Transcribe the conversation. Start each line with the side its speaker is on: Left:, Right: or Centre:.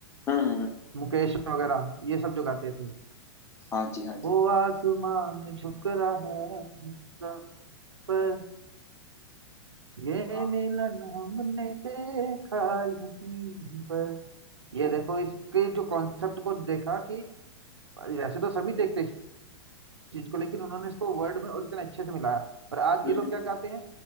Left: हम्म, हम्म, हम्म।
Right: मुकेश वगैरह ये सब जो गाते थे
Left: हाँ जी हाँ
Right: वो
Left: जी
Right: आसमान झुक रहा है जमीन पर ये
Left: हाँ
Right: मिलन हमने देखा यहीं पर ये देखो इसके जो कॉन्सेप्ट को देखा कि वैसे तो सभी देखते चीज को लेकिन उन्होंने इसको वर्ड में और इतने अच्छे से मिलाया पर आज
Left: हम्म
Right: ये लोग
Left: हम्म।
Right: क्या गाते हैं